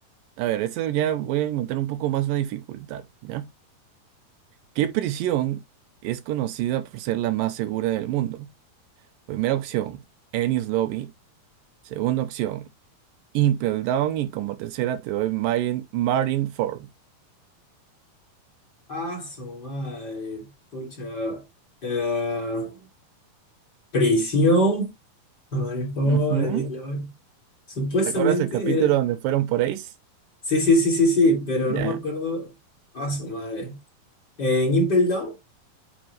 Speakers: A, on the right; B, on the left.
A: A ver, esto ya voy a montar un poco más la dificultad, ¿ya? ¿Qué prisión es conocida por ser la más segura del mundo? Primera opción, Ennis Lobby. Segunda opción, Impel Down. Y como tercera te doy Marine, Marineford.
B: Ah, su madre, pucha. Eh, prisión, a Maripol,
A: Ujú.
B: Supuestamente
A: ¿Te acuerdas el capítulo
B: era...
A: donde fueron por Ace?
B: Sí, sí, sí, sí, sí, pero no
A: Ya.
B: me acuerdo a su madre. En Impel Down,